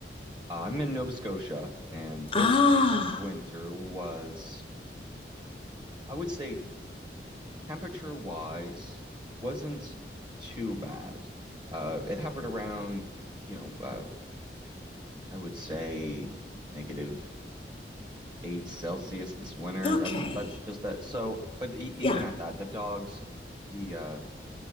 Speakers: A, on the right; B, on the left.
A: uh, I'm in Nova Scotia, and
B: Ah,
A: this winter was, I would say, temperature-wise, wasn't too bad. Uh, it hovered around, you know, uh, I would say negative eight Celsius this winter.
B: okay,
A: That's that's just that. So, but e even
B: yeah,
A: at that, the dogs, the uh,